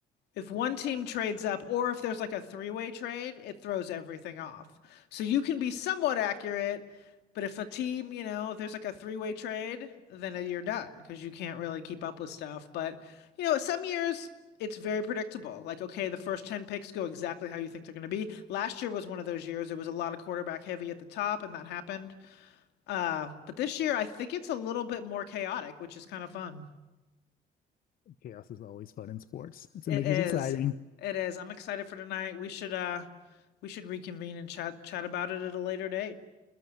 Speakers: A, on the left; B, on the left.
A: if one team trades up or if there's like a three-way trade, it throws everything off. So you can be somewhat accurate, but if a team, you know, if there's like a three-way trade, then you're done because you can't really keep up with stuff. But, you know, some years it's very predictable. Like, okay, the first 10 picks go exactly how you think they're going to be. Last year was one of those years. It was a lot of quarterback heavy at the top, and that happened. Uh, but this year, I think it's a little bit more chaotic, which is kind of fun.
B: Chaos is always fun in sports. It's
A: It
B: what makes
A: is.
B: it exciting.
A: It is. I'm excited for tonight. We should uh we should reconvene and chat chat about it at a later date.